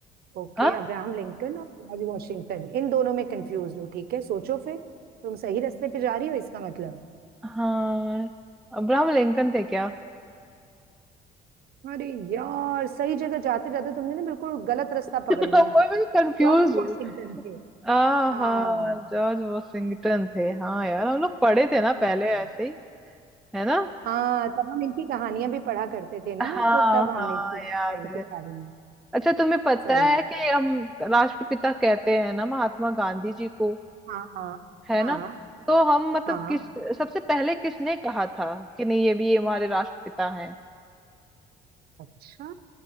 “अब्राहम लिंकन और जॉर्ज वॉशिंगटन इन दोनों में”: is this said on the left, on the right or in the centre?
Right